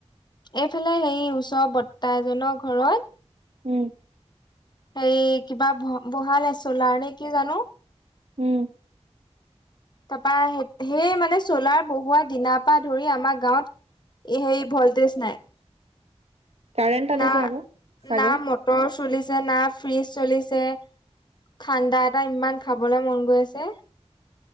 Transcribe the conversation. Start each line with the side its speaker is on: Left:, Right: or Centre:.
Left: এইফালে হেয়ি, ওচৰ বৰ্তা এজনৰ ঘৰত
Right: উ।
Left: হেৰি, কিবা বহালে চ'লাৰ নে কি জানো!
Right: উ।
Left: তাৰপা, সেই মানে চ'লাৰ বহুৱা দিনাৰ পৰা ধৰি আমাৰ গাঁৱত এ, হেয়ি, ভল্টেজ নাই।
Right: কাৰেণ্ট টানিছে
Left: না,
Right: আকৌ চাগে
Left: না মটৰ চলিছে না ফ্ৰিজ চলিছে। ঠাণ্ডা এটা ইমান খাবলৈ মন গৈ আছে।